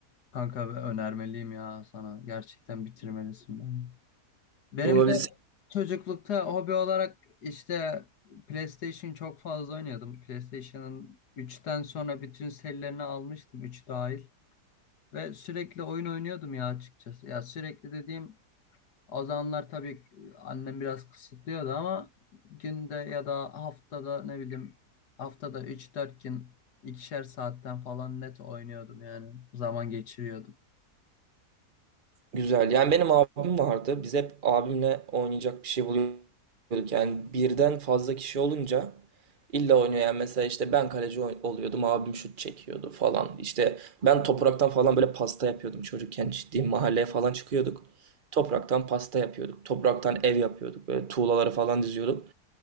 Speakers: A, on the left; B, on the right.
A: Kanka ve önermeliyim ya sana. Gerçekten bitirmelisin bence. Benim
B: Olabilir.
A: de çocuklukta hobi olarak işte PlayStation çok fazla oynuyordum. PlayStation'ın 3'ten sonra bütün serilerini almıştım 3 dahil. Ve sürekli oyun oynuyordum ya açıkçası. Ya sürekli dediğim O zamanlar tabii annem biraz kısıtlıyordu ama günde ya da haftada ne bileyim haftada üç dört gün ikişer saatten falan net oynuyordum yani zaman geçiriyordum.
B: Güzel. Yani benim abim vardı. Biz hep abimle oynayacak bir şey buluyorduk. Yani birden fazla kişi olunca illa oynuyor. Yani mesela işte ben kaleci oy- oluyordum. Abim şut çekiyordu falan. İşte ben topraktan falan böyle pasta yapıyordum çocukken. Ciddi mahalleye falan çıkıyorduk. Topraktan pasta yapıyorduk. Topraktan ev yapıyorduk. Böyle tuğlaları falan diziyorduk.